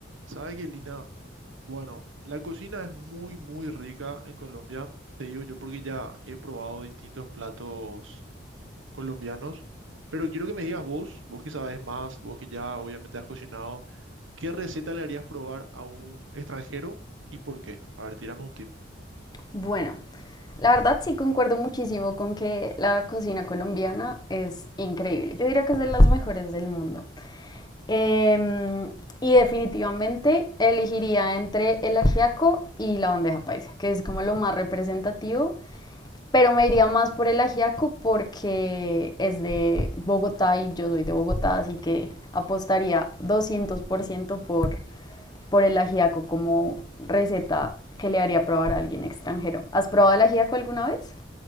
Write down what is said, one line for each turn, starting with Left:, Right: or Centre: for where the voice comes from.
Right: ¿Sabes qué, Lina? Bueno, la cocina es muy, muy rica en Colombia. Te digo yo porque ya he probado distintos platos colombianos. Pero quiero que me digas vos, vos que sabes más, vos que ya obviamente has cocinado, ¿qué receta le harías probar a un extranjero y por qué? A ver, tírame un tip.
Left: Bueno, la verdad sí concuerdo muchísimo con que la cocina colombiana es increíble. Yo diría que es de las mejores del mundo. Em, y definitivamente elegiría entre el ajiaco y la bandeja paisa, que es como lo más representativo, pero me iría más por el ajiaco porque es de Bogotá y yo soy de Bogotá, así que apostaría 200% por por el ajiaco como receta que le haría probar a alguien extranjero. ¿Has probado el ajiaco alguna vez?